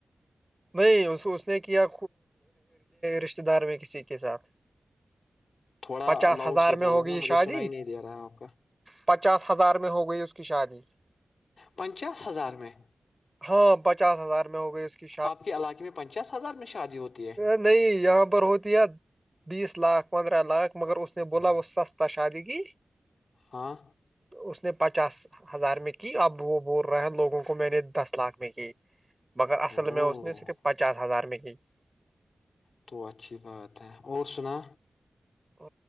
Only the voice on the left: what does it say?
تھوڑا
لاؤڈ
سے
بولو
نا مجھے
سنا ہی نہیں دے رہا ہے آپ کا
پنچاس ہزار میں
آپ کے علاقے میں پنچاس ہزار میں شادی ہوتی ہے
ہاں
او
تو اچھی بات ہے اور سنا